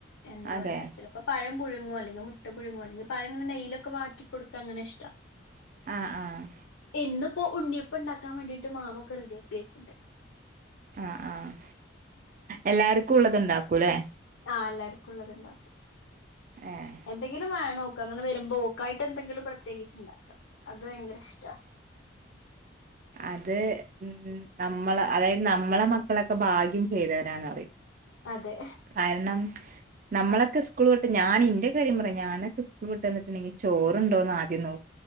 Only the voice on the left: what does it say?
എന്താ
പറയാ ചിലപ്പ പ്പ പഴം പുഴുങ്ങുവല്ലങ്കി മുട്ട പുഴുങ്ങല്ലങ്കി പഴങ്ങന നെയിലോക്ക വാട്ടി കൊടുക്ക അങ്ങനെഷ്ട
ഇന്നിപ്പോ ഉണ്ണിയപ്പണ്ടാക്കാൻ വേണ്ടിട്ട് മാവൊക്ക റെഡിയാക്കി വെച്ചിണ്ട്
ആഹ് എല്ലാവർക്കുള്ളത് ഉണ്ടാക്കും
എന്തെങ്കിലും വേണോക്ക് അങ്ങനെ വരുമ്പോക്കായിട്ട്ന്തെങ്കിലും പ്രത്യേകിച്ച് ഇണ്ടാക്കണം അത് ഭയങ്കര ഇഷ്ട
അതെ